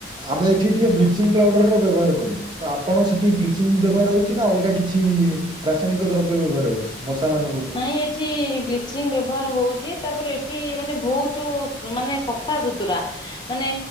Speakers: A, on the right; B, on the left.
A: ଆମେ ଏଠି ଟିକେ ବ୍ଲିଚିଂ ପାଉଡର ର ବ୍ୟବହାର କରୁ ତ ଆପଣ ସେଠି ବ୍ଲିଚିଂ ବ୍ୟବହାର ହଉଛି ନା ଅଲଗା କିଛି? ରାସାୟନିକ ଦ୍ରବ୍ୟ ବ୍ୟବହାର ହଉଛି ମଶା ମାନଙ୍କଠୁ
B: ନାଇଁ ଏଠି ବ୍ଲିଚିଂ ବ୍ୟବହାର ହଉଛି ତାପରେ ଏଠି ମାନେ ବହୁତ ମାନେ ସଫା ସୁତୁରା ମାନେ